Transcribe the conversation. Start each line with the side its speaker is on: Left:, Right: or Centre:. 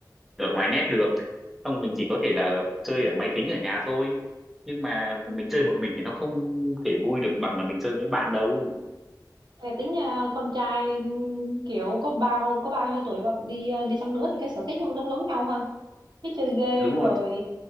Centre: ở ngoài net được xong mình chỉ có thể là chơi ở máy tính ở nhà thôi nhưng mà
Right: Ừ.
Centre: mình chơi một mình thì nó không thể vui được bằng là mình chơi với bạn đâu
Right: Thế tính nhà con trai kiểu có bao có bao nhiêu tuổi mà đi ờ, đi chăng nữa thì cái sở thích không giống giống nhau ha cái chơi game
Centre: đúng
Right: rồi
Centre: không